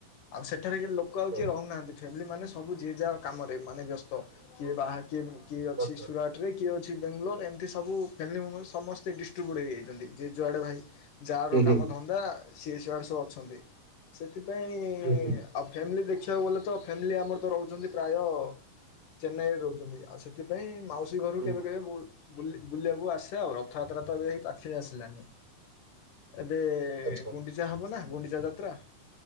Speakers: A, on the left; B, on the right.
A: ଆଉ ସେଠାରେ କି ଲୋକ
B: ଆଚ୍ଛା
A: ଆଉ କିଏ ରହୁନାହାନ୍ତି ଫ୍ୟାମିଲି ମାନେ ସବୁ ଯିଏ ଯାହା କାମରେ ମାନେ ବ୍ୟସ୍ତ। କିଏ ବାହା କିଏ କିଏ ଅଛି
B: ଆଚ୍ଛା।
A: ସୁରା ଟ୍ କିଏ ଅଛି ବେଙ୍ଗଲୋର୍ ଏମିତି ସବୁ ଫ୍ୟାମିଲ ମେମ୍ବର ସମସ୍ତେ ଡିଷ୍ଟ୍ରିବ୍ୟୁଡ୍ ହେଇଯାଇଚନ୍ତି ଯିଏ ଯୁଆଡେ ଭାଇ ଯାଆର
B: ହୁଁ ହୁଁ
A: କାମଧନ୍ଦା ସିଏ ସିଆଡେ ସବୁ ଅଛନ୍ତି ସେଥିପାଇଁ
B: ହୁଁ ହୁଁ
A: ଆଉ ଫ୍ୟାମିଲି୍ ଦେଖିଆକୁ ଗଲେ ତ ଫ୍ୟାମିଲି୍ ଆମର ତ ରହୁଚନ୍ତି ପ୍ରାୟ ଚେନ୍ନାଇରେ ରହୁଚନ୍ତି ଆଉ ସେଥିପାଇଁ ମାଉସୀ ଘରୁ
B: ହୁଁ।
A: କେବେ କେବେ ବୁଲି ବୁଲିଆକୁ ଆସେ ଆଉ ରଥଯାତ୍ରା ତ ଏବେ ହେଇ ପାଖେଇ ଆସିଲାନି ଏବେ ବେ
B: ଆଚ୍ଛା
A: ଗୁଣ୍ଡିଚା ହବ ନା ଗୁଣ୍ଡିଚା ଯାତ୍ରା